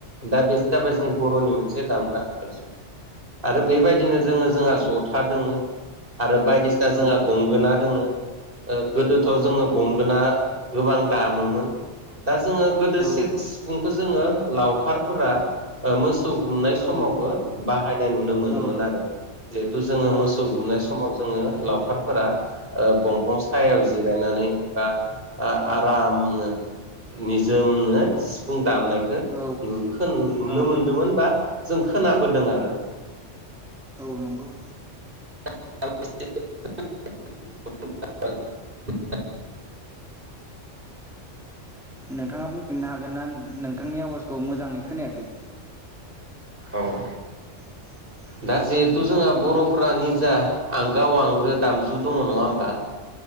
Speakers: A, on the right; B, in the centre.
A: दा बे जाबाय जोंनि बर'नि मोनसे दामग्रा आजु आरो बेबायदिनो जोङो जोंहा ज'था दोङो आरो बायदिसिना
B: औ
A: जोंहा गंगोना दोङो ओ गोदोथ'
B: औ
A: जोङो गंगोना गोबां दामोमोन दा जोङो गोदो
B: औ
A: से सिफुंखौ जोङो लावखारफोरा ओ मोसौ गुमनाय समाव
B: औ
A: बो बाहायनाय नुनो मोनोमोन
B: औ
A: आरो। जिहेथु जोङो
B: औ
A: मोसौ गुमनाय समाव जोङो लावखारफोरा ओ बंफां सायाव जिरायनानै बा ओ आरामनो निजोमनो सिफुं दामनायखौ
B: औ
A: नु खोन नुनो
B: औ
A: मोनदोंमोन बा जों खोनाबोदों आरो।
B: औ नंगौ।
A: <unintelligible>
B: नोंथाङा बुंफिननो हागोन ना नोंथांनि आवाजखौ मोजाङै खोनायाखै।
A: औ।
B: <inaudible>
A: दा जिहेथु जोंहा बर'फोरा निजा आं गाव आंगो दामजु
B: औ
A: दङ नङा होमबा